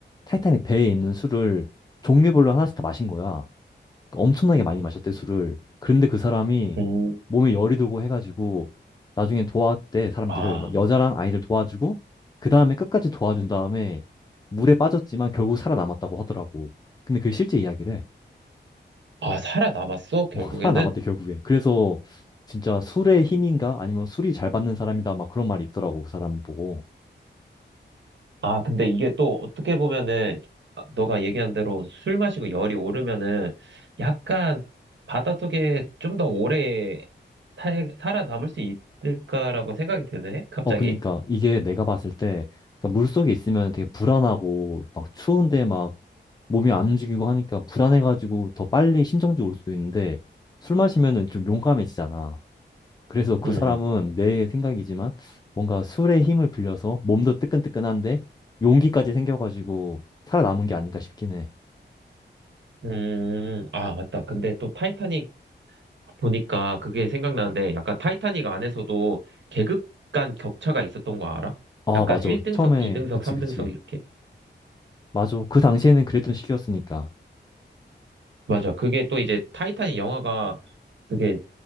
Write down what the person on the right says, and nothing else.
음,
아,
아, 살아남았어,
결국에는?
아, 근데 이게 또 어떻게 보면은, 아, 너가 얘기한 대로 술 마시고 열이 오르면은, 약간 바닷속에 좀 더 오래 탈- 살아남을 수 있을까라고 생각이 드네, 갑자기.
음,
음, 아, 맞다. 근데 또 타이타닉 보니까 그게 생각나는데, 약간 타이타닉 안에서도 계급 간 격차가 있었던 거 알아?
약간
1등석,
2등석,
3등석
이렇게.
맞아. 그게 또 이제 타이탄이 영화가 그게